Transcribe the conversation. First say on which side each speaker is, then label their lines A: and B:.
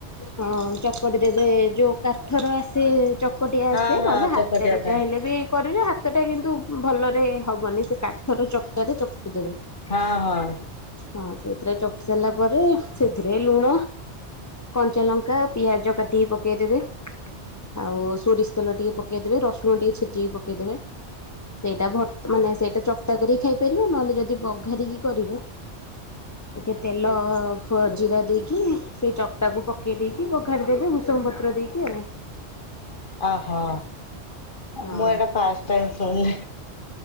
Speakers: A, on the left (about 20°); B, on the left (about 45°).
A: ହଁ ଚକଟି ଦେବେ ଯୋଉ କାଠର ଆସେ ଚକଟି ଆସେ
B: ହଁ ହଁ ହଁ
A: ନହେଲେ
B: ଚକଟିବା
A: ହାତେରେ
B: ପାଇଁ
A: ଚାହିଁଲେ ବି କରିବେ ହାତଟା କିନ୍ତୁ ଭଲରେ ହବନି ସେ କାଠର ଚକଟାରେ ଚକଟି ଦେବେ
B: ହଁ ହଁ
A: ହଁ ସେଇଥିରେ ଚକ୍ ତାପରେ ସେଇଥିରେ ଲୁଣ କଞ୍ଚା ଲଙ୍କା ପିଆଜ କାଟିକି ପକେଇଦେବେ ଆଉ ସୋରିଷ ତେଲ ଟିକେ ପକେଇଦେବେ ରସୁଣ ଟିକେ ଛେଚିକି ପକେଇଦେବେ ସେଇଟା ଭର୍ତ୍ତା ମାନେ ସେଇଟା ଚକଟା କରି ଖାଇପାରିବେ ନହେଲେ ଯଦି ବଘାରିକି କରିବେ ଟିକେ ତେଲ ଫ ଜିରା ଦେଇକି ସେଇ ଚକଟାକୁ ପକେଇ ଦେଇକି ବଘାରିଦେବେ ଭୁଷୁଙ୍ଗ ପତ୍ର ଦେଇକି କି ଆଉ
B: ଓହୋ ମୁଁ
A: ହଁ
B: ଏଇଟା ଫାଷ୍ଟ ଟାଇମ ଶୁଣିଲି